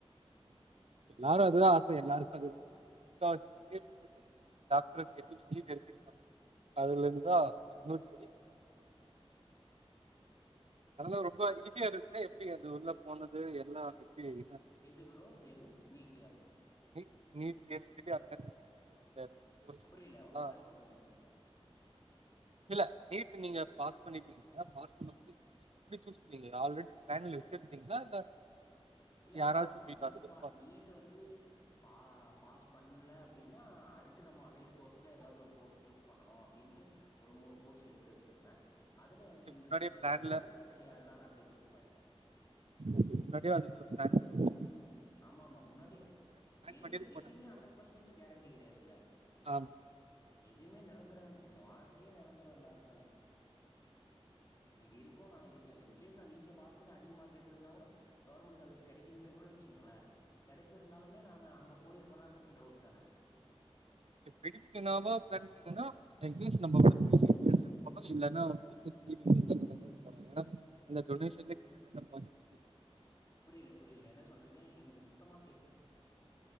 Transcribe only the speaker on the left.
ஆமாமா.
ஆமா.
ஆமா.
எது ப்ரோ எது நீட்டா
புரியல
உங்க வாய்ஸ் கொஞ்சோ
இல்ல
ஆமா
நீட்டு
பா நீட் ட்டு வந்து பா பாஸ் பண்ணல அப்டின்னா அடுத்து நம்ம அலைய்டு கோர்ஸ்ல ஏதாது ஒரு கோர்ஸ் சூஸ் பண்ணனு அப்டின்ட்டு ஒரு மூணு கோர்ஸ் எடுத்து வச்சிருந்த அதுல எனக்கு
இந்த
சீட்டு
கெடச்சிது சரி அதனால அப்டியே சூஸ் பண்ணிட்ட
ஆமா ஆமா முன்னாடே எனிவே
எதுவுமே ஹண்ட்ரட் பர்சன்டேஜ் கேரண்டி கெடையாதுல்ல
எதுமே நிரந்தரம் இந்த வாழ்க்கையே நிரந்தரோ இல்லாதது தான இன்னக்கி இருக்கு நாளைக்கு இருக்காது இன்கேஸ் நா நீட்ல பாஸ் பண்ணி அதிக மார்க் எடுத்துர்ந்தா கூட கவுர்மெண்ட் காலேஜ் கெடைக்குதுன்னே கூட வச்சீங்ளே கெடச்சிருந்தாலுமே நானு அங்க போயிருப்பனான்றது டவுட்டு தான
புரில புரில என்ன சொல்றிங்க எனக்கு சுத்தமா கேக்ல